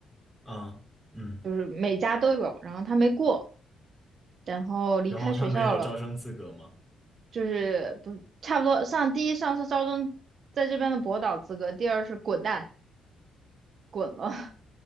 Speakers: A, in the centre; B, on the right.
A: 啊嗯。
B: 就是每家都有，然后他没过，然后离开学校了，
A: 然后他没有招生资格吗？
B: 就是不差不多上第一上是招生在这边的博导资格，第二是滚蛋滚了，